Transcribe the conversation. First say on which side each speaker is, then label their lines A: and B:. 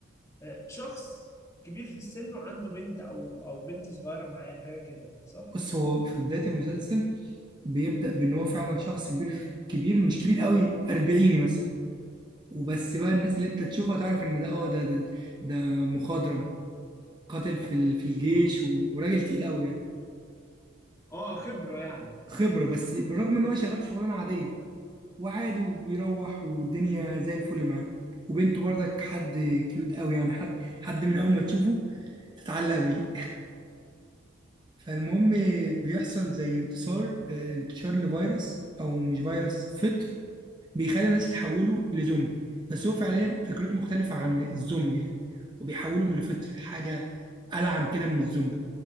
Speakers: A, on the left; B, on the right.
A: آه، شخص كبير في السن وعنده بنت او او بنت صغيره معاه حاجه كده صح
B: بص هو في بداية المسلسل بيبدأ بان هو فعلا شخص كبير كبير مش كبير قوي اربعيني مثلا وبس بقى الناس اللي انت تشوفها تعرف ان ده اه ده ده ده مخضرم قاتل في ال- في الجيش و- وراجل تقيل قوي يعني
A: اه خبره يعني
B: خبرة بس بالرغم ان هو شغال شغلانة عادية وعادي وبيروح والدنيا زي الفل معاه وبنته برضك حد كيوت قوي يعني حد حد من اول ما تشوفه تتعلق بيه فالمهم بيحصل زي انتصار آه، انتشار لفيروس او مش فيروس فطر بيخلي الناس يتحولوا لزومبي بس هو فعليا فكرته مختلفة عن الزومبي يعني وبيحولهم لفطر حاجة ألعن كده من الزومبي